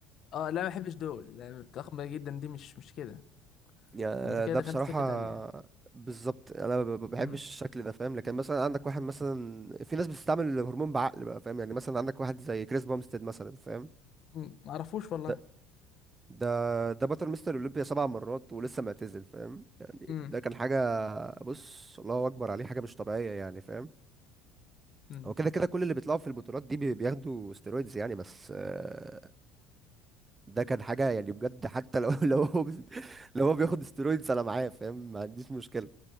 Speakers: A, on the left; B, on the right.
A: اه لا ما بحبش دول لا، ضخمه جدا دي مش مش كده
B: يعني
A: انت كده
B: ده
A: دخلت
B: بصراحة
A: سكه تانية
B: بالظبط انا ما بحبش
A: امم
B: الشكل ده فاهم لكن مثلا عندك واحد مثلا في ناس بتستعمل الهرمون بعقل بقى فاهم يعني مثلا عندك واحد زي كريس بامستد مثلا فاهم
A: أمم، ما اعرفوش والله
B: ده ده ده بطل مستر اولمبيا سبع مرات ولسه معتزل فاهم يعني
A: امم
B: ده كان حاجة بص الله اكبر عليه حاجة مش طبيعية يعني فاهم
A: امم
B: هو كده كده كل اللي بيطلعوا في البطولات دي بي- بياخدوا ستيرويدز يعني بس آه، ده كان حاجة يعني بجد حتى لو <laughs> لو هو بي- لو هو بياخد ستيرويدز انا معاه فاهم ما عنديش مشكلة